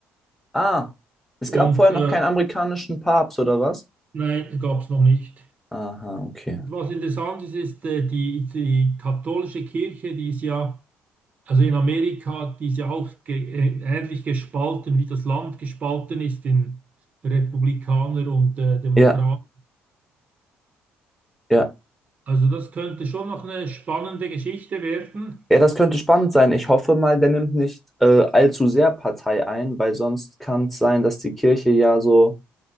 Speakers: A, in the centre; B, on the right.
A: Ah, es
B: und
A: gab vorher noch
B: äh,
A: keinen amerikanischen Papst, oder was?
B: nein, gab es noch nicht.
A: Aha, okay.
B: Was interessant ist, ist äh, die, die katholische Kirche, die ist ja also in Amerika, die ist ja auch ge äh, ähnlich gespalten, wie das Land gespalten ist in Republikaner und äh, Demokraten.
A: Ja, ja.
B: Also das könnte schon noch eine spannende Geschichte werden.
A: Ja, das könnte spannend sein. Ich hoffe mal, der nimmt nicht äh, allzu sehr Partei ein, weil sonst kann es sein, dass die Kirche ja so.